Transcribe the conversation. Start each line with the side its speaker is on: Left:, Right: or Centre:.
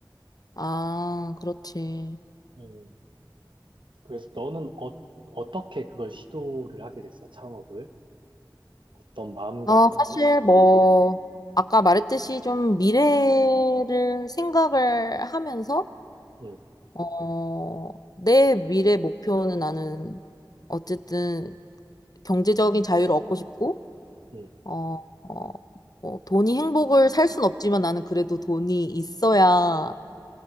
Left: 아, 그렇지.
Right: 음, 그래서 너는 어, 어떻게 그걸 시도를 하게 됐어? 창업을? 어떤 마음가짐으로?
Left: 아, 사실 뭐, 아까 말했듯이 좀 미래를 생각을 하면서,
Right: 음,
Left: 어, 내 미래 목표는 나는 어쨌든 경제적인 자유를 얻고 싶고,
Right: 음,
Left: 어, 어, 뭐 돈이 행복을 살 순 없지만 나는 그래도 돈이 있어야,